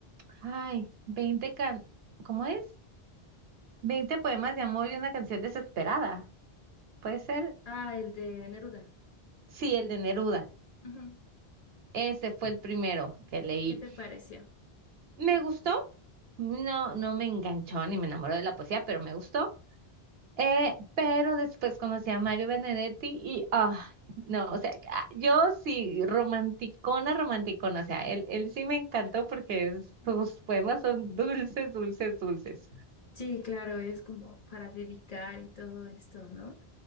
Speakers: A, on the right; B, on the left.
A: ay, 20 can, ¿cómo es? 20 poemas de amor y una canción desesperada. ¿Puede ser?
B: Ah, el de Neruda.
A: Sí, el de Neruda.
B: Ujú.
A: Ese fue el primero que leí.
B: ¿Y qué te pareció?
A: Me gustó. No, no me enganchó ni me enamoró de la poesía, pero me gustó. Eh, pero después conocí a Mario Benedetti y, ah, no, o sea, ya- yo sí, romanticona, romanticona, o sea, él, él sí me encantó porque es- sus poemas son dulces, dulces, dulces.
B: Sí, claro, es como para dedicar y todo esto, ¿no?